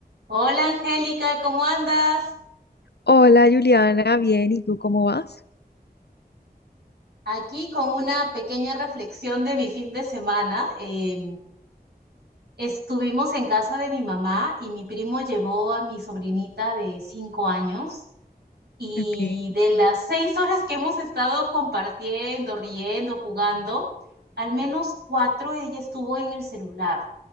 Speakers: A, on the right; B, on the left.
A: Hola Angélica, ¿cómo andas?
B: Hola Juliana, bien, ¿y tú cómo vas?
A: Aquí con una pequeña reflexión de mi fin de semana. Eh, estuvimos en casa de mi mamá y mi primo llevó a mi sobrinita de cinco años y
B: Okay.
A: de las seis horas que hemos estado compartiendo, riendo, jugando, al menos cuatro ella estuvo en el celular.